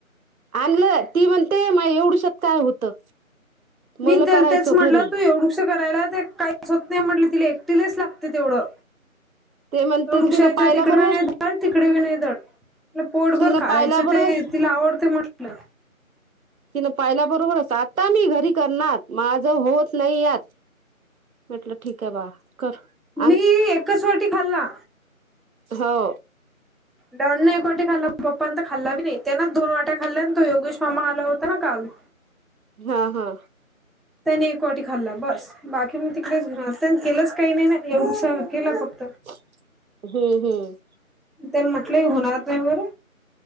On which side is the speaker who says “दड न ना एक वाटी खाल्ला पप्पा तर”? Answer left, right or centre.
Centre